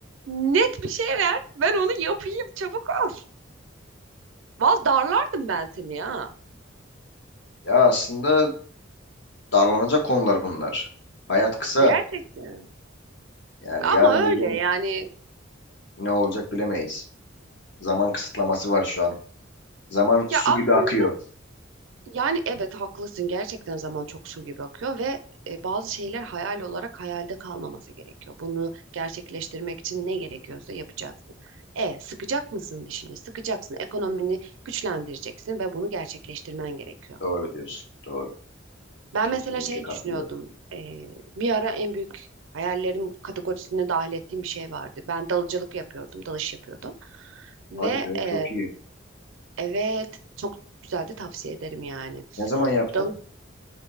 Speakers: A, on the right; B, on the left.
A: net bir şey ver. Ben onu yapayım. Çabuk ol. Valla darlardım ben seni ya.
B: Ya aslında darlanacak konular bunlar. Hayat kısa.
A: Gerçekten.
B: Yani
A: Ama
B: yarın
A: öyle
B: bir gün
A: yani.
B: ne olacak bilemeyiz. Zaman kısıtlaması var şu an. Zaman su
A: Ya aslında
B: gibi akıyor.
A: Yani evet haklısın gerçekten zaman çok su gibi akıyor ve e, bazı şeyler hayal olarak hayalde kalmaması gerekiyor. Bunu gerçekleştirmek için ne gerekiyorsa yapacaksın. E sıkacak mısın dişini? Sıkacaksın. Ekonomini güçlendireceksin ve bunu gerçekleştirmen gerekiyor.
B: Doğru diyorsun. Doğru.
A: Ben
B: Kesinlikle
A: mesela şey
B: katılıyorum.
A: düşünüyordum. e, bir ara en büyük hayallerim kategorisine dahil ettiğim bir şey vardı. Ben dalıcılık yapıyordum, dalış yapıyordum ve
B: Hadi be
A: e,
B: çok iyi.
A: evet çok güzel de tavsiye ederim yani.
B: Ne zaman yaptın?
A: Dalı